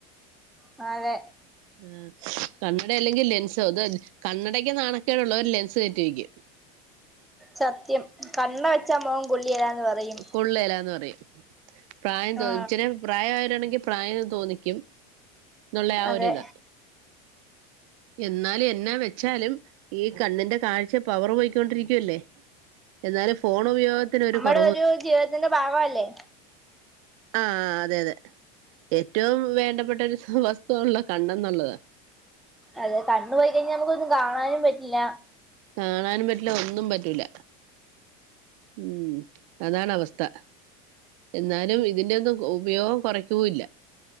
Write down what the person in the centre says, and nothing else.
താഴെ
സത്യം കണ്ണട വെച്ച മൊകം കൊള്ളീല്ലാന്ന് പറയും
ആ
അതെ
ക്കെ ഒരു ജീവിതത്തിന്റെ ഭാഗവല്ലേ
അതെ കണ്ണ് പോയി കയിഞ്ഞാ നമുക്കൊന്നും കാണാനും പറ്റില്ല